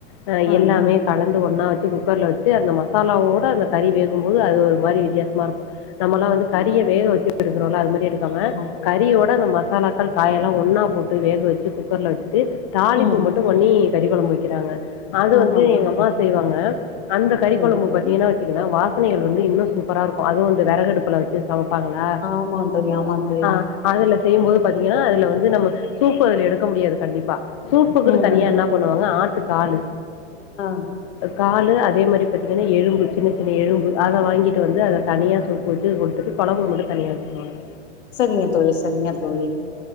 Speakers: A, on the left; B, on the left.
A: அ
B: ஆ
A: எல்லாமே கலந்து ஒன்னா வச்சு குக்கர்ல வச்சு அந்த மசாலாவோட அந்த கறி வேகும்போது அது ஒரு மாரி வித்தியாசமா இருக்கு நம்ம ல்லா வந்து கறிய
B: ம்
A: வேக வச்சு எடுக்குறோல்லா அது மாரி எடுக் காம
B: ஆமா தோழி
A: கறியோட அந்த மசாலாக்கள் காய் எல்லா ஒன்னா போட்டு வேக வச்சு குக்கர்ல வச்சுட்டு தாளிப்பு
B: ம்
A: மட்டு பண்ணி கறி கொழம்பு வைக்கிறாங்க அது
B: ஆமா
A: வந்து
B: தோழி
A: எங்க அம்மா செய்வாங்க அந்த கறி
B: சரிங்க
A: கொழம்பு
B: தோழி
A: பத்தீங்கனா வச்சீங்கன்னா வாசனைகள் வந்து இன்னு சூப்பரா இருக்கு அதுவு இந்த வெறகு அடுப்புல வச்சு சமைப்பாங்களா,
B: ஆமா தோழி ஆமா தோழி
A: ஆ அதுல செய்யும்போது பாத்தீங்கன்னா அதுல வந்து நம்ம சூப்பு அதுல எடுக்க முடியாது கண்டிப்பா சூப்புக்குன்னு
B: ம்
A: தனியா என்ன பண்ணுவாங்க ஆட்டு காலு
B: ஆ
A: காலு அதே மாரி பாத்தீங்கன்னா எலும்பு சின்ன சின்ன எலும்பு அத வாங்கிட்டு வந்து அத தனியா சூப்பு வச்சு குடுத்துட்டு கொழம்பு மட்டு தனியா வச்சுருவங்க
B: சரிங்க தோழி சரிங்க தோழி